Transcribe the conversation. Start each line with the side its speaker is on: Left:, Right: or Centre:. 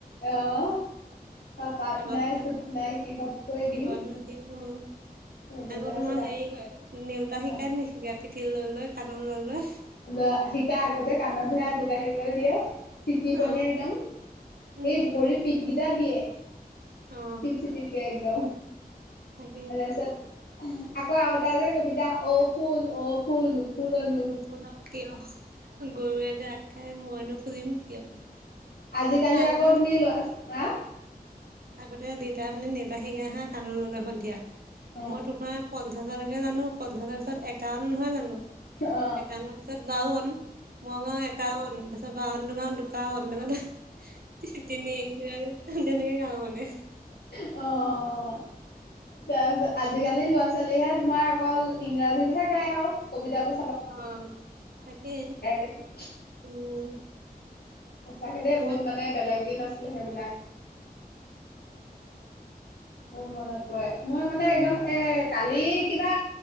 Left: আহ। পাত
Right: আগত
Left: নাই
Right: মই
Left: চুপ নাই কিহতকই
Right: কিহতনো
Left: দিম।
Right: অ
Left: সেইটো
Right: আকৌ
Left: তাৰপিছত
Right: তোমাৰ হেৰি কয় নেওতা
Left: অ
Right: শিকাই নেশিকা পিঠি ল লৈ কানন লয় লৈ।
Left: ল শিকা আগতে কাণত ধুই আঁঠু
Right: অ
Left: কাঢিবলৈ দিয়ে। চিটি পনীয়ে
Right: অ
Left: একদম
Right: উম
Left: এই ভৰি পিত কেইটা দিয়ে।
Right: অ
Left: চিতিপ চিতিপকে একদম।
Right: তাকে
Left: তাৰপিছত আকৌ আৰু এটা যে কবিতা অ ফুল অ ফুল। পুনৰ ন।
Right: ল কিয় গৰুৱে যে আগ খাই মই নো ফুজম কিয়।
Left: আজিকালি
Right: আগতে
Left: আকৌ তুমি ল হা।
Right: আগতে দেউতা মানে নেউতা শিগাই আহা কাণৰ ললে সন্ধিয়া
Left: অ
Right: মই তোমাৰ। পঞ্চাছলৈকে জানো পঞ্চাছৰ, পিছত একাউন নহয় জানো
Left: অ
Right: একাৱনৰ পিছত বাওৱন। মগাঁও একাউন তাৰছত বাওৱন টো গাও দু। কাৱন তি তিনি তেনেকে গাওঁ মানে।
Left: অঁ। তাৰপিছত আজিকালি লৰা ছোৱালীয়েহে তোমাৰ অকল ইংৰাজীতহে গায় আৰু কবিতা বো।
Right: অ তাকে
Left: দেখোন
Right: উম।
Left: সঁচাকে দেই
Right: আমাৰ
Left: বহুত মানে বেলেগ দিন আছিলে সেইবিলাক। মোৰ মনত পৰে মই মানে একদম এ কালি কিবা।